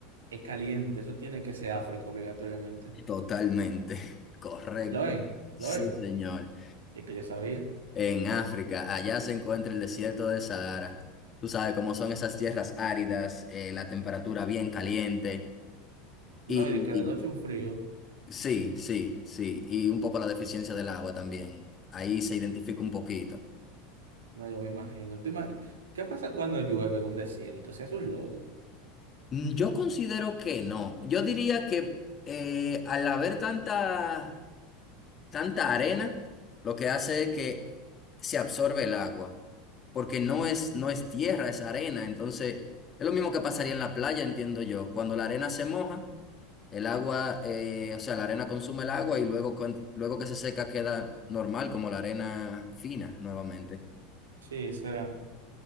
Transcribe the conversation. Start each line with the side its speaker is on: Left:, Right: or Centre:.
Right: es caliente, eso tiene que ser África obligatoriamente.
Left: Totalmente. <laughs> Correcto.
Right: Lo es,
Left: Sí,
Right: lo es.
Left: señor.
Right: Y es que yo sabía.
Left: En África, allá se encuentra el desierto del Sahara. Tú sabes cómo son esas tierras áridas, eh, la temperatura bien caliente.
Right: No,
Left: Y,
Right: y de cada noche un frío.
Left: Sí, sí, sí. Y un poco la deficiencia del agua también. Ahí se identifica un poquito.
Right: No, yo me imagino. ¿Te ima- ¿Qué pasa cuando llueve en un desierto? Se hace un lodo.
Left: Mm, Yo considero que no. Yo diría que eh, al haber tanta, tanta arena, lo que hace es que se absorbe el agua. Porque no es, no es tierra, es arena. Entonces, es lo mismo que pasaría en la playa, entiendo yo. Cuando la arena se moja, el agua, eh, o sea, la arena consume el agua y luego, con- luego que se seca queda normal, como la arena fina nuevamente.
Right: Sí, será,